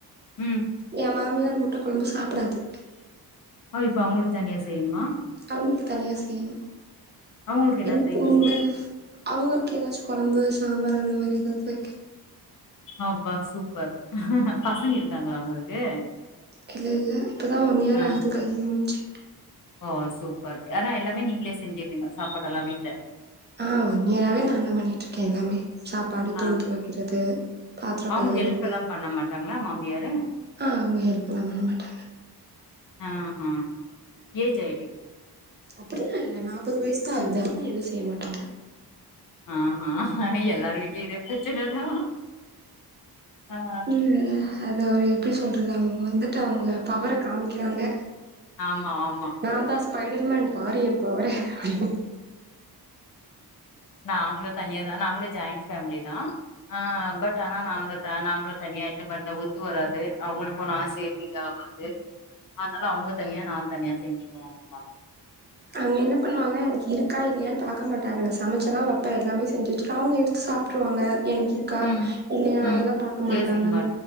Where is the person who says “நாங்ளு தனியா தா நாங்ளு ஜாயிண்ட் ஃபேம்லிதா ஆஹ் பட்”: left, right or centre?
Left